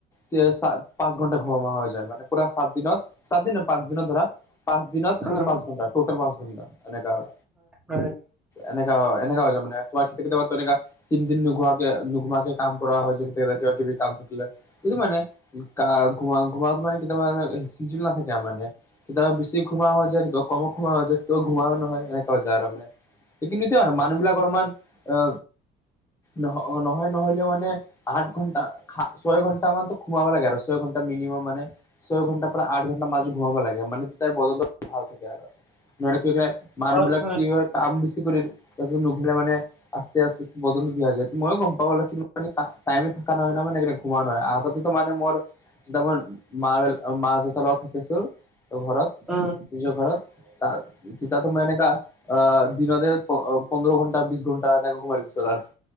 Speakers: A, on the left (about 15°); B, in the centre.
A: তেওঁক চা পাঁচ ঘন্টা ঘুম মা হৈ যায়, মানে পুৰা চাত দিনত চাত দিন পাঁচ দিনত ধৰা পাঁচ দিনত
B: হয়
A: খালি পাঁচ ঘন্টা, টটেল পাঁচ ঘণ্টা এনেকা আৰ
B: হয়
A: এনেকা অ এনেকা হৈ যায় মানে, শুৱাত কেতিয়া কেতিয়াবা এনেকা তিনদিন নুঘোৱাকে নুঘোমুৱাকে কৰা হয়, কিবা কিবি কাম থাকিলে এইটো মানে, কা ঘুমা ঘুমাটো মানে কেতিয়াবা মানে চিজিল নাথাকে মানে, কেতিয়াবা বেছি ঘুমা হৈ যায়, কেতিয়াবা কম ঘুমোৱা হৈ যায়, কেতিয়াবা ঘুমোও নহয়, এনেকুৱা হৈ যায় মানে। সেইখিনি এতিয়া আৰু মানুহবিলাক অলপমান অ নহ নহয় নহ'লেও মানে মানে আঠ ঘন্টা খা ছয় ঘন্টা মানতো ঘুমাব লাগে আৰু ছয় ঘন্টা মিনিমাম মানে ছয় ঘণ্টাৰ পৰা আঠ ঘণ্টা মাজত ঘুমাব লাগে মানে তাই বদনটো ভাল থাকে আৰু নহলে কি হৈ যায়
B: হয়
A: মানুহবিলাক কিহত কাম বেছি কৰিল তাৰপিছত নুঘোলে মানে আস্তে আস্তে বদনটো বেয়া হৈ যায় মইয়ো গম পাওঁ অলপ খিনি এনেকা টাইমে থকা নহয় ন মানে ঘুমোৱা নহয় আগতেতো মানে মোৰ তেতিয়া মই মাৰ ব মা দেউতাৰ লগত থাকিছিল ঘৰত।
B: অ অ
A: নিজৰ ঘৰত তা তিতাতো মানে এনেকা আ আ আ দিনতে প অ পোন্ধৰ ঘণ্টা বিশ ঘণ্টা এনেকে ঘুমাই দিছিলো আৰু ইহ